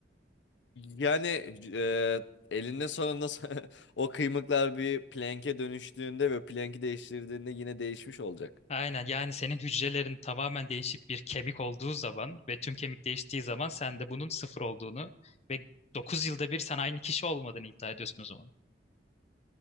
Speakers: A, on the left; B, on the left.
A: Yani e, elinde sonunda <laughs> o kıymıklar bir plank'e dönüştüğünde ve plank'i değiştirdiğinde yine değişmiş olacak.
B: Aynen yani senin hücrelerin tamamen değişip bir kemik olduğu zaman ve tüm kemik değiştiği zaman sen de bunun sıfır olduğunu ve 9 yılda bir sen aynı kişi olmadığını iddia ediyorsun o zaman.